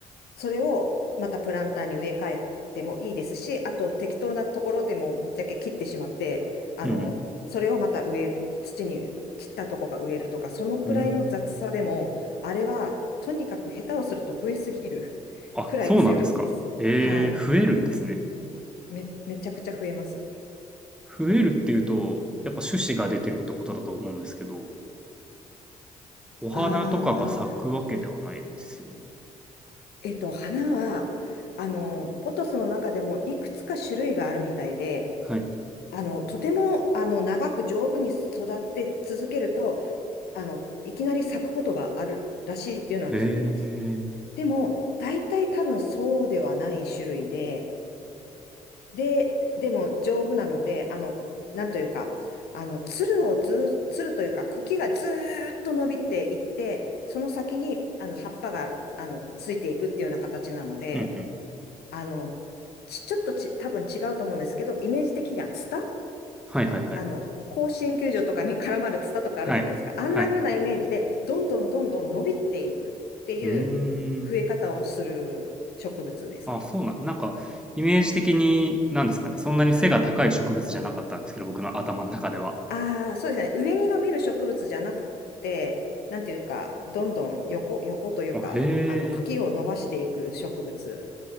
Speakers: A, on the left; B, in the centre.
A: それをまたプランターに植え替えてもいいですし、あと適当なところでもぶっちゃけ切ってしまって、あの、
B: うん。うんうん
A: それをまた植える、土に切ったとこが植えるとか、そのくらいの雑さでも、
B: うん。
A: あれはとにかく下手をすると増えすぎる <laughs>
B: あ、
A: くらい強いです。
B: そうなんですか。えー、
A: はい。
B: 増えるんですね。
A: め、めちゃくちゃ増えます。
B: 増えるっていうと、やっぱ種子が出てるってことだと思うんですけど、お花とかが咲くわけではないですよね。
A: あーえっと、花は、あの、ポトスの中でもいくつか種類があるみたいで、
B: はい。
A: あの、とても、あの、長く丈夫に育って続けると、あの、いきなり咲くことがあるらしいっていうのは聞いてます。
B: えー。
A: でも、大体多分そうではない種類で、で、でも丈夫なので、あの、なんというか、あの、つるをずー、つるというか、茎がずーっと伸びていって、その先に、あの、葉っぱが、あの、ついていくっていうような形なので、
B: うんうん。
A: あの、ち、ちょっとち、多分違うと思うんですけど、イメージ的にはツタ
B: はいはいはい。
A: あの、甲子園球場とかに絡まるツタとかあるじゃないですか。
B: はい。
A: あんな風なイメージで、
B: はい。
A: どんどんどんどん伸びていくっていう増え方をする植物ですね。
B: うーん。あ、そうなん、なんか、イメージ的に、なんですかね、そんなに背が高い植物じゃなかったんですけど、僕の頭の中では。
A: ああ、そうですね。上に伸びる植物じゃなくて、なんていうか、どんどん横、横というか、
B: あ、へ
A: あの、茎を伸ばしていく植物
B: え。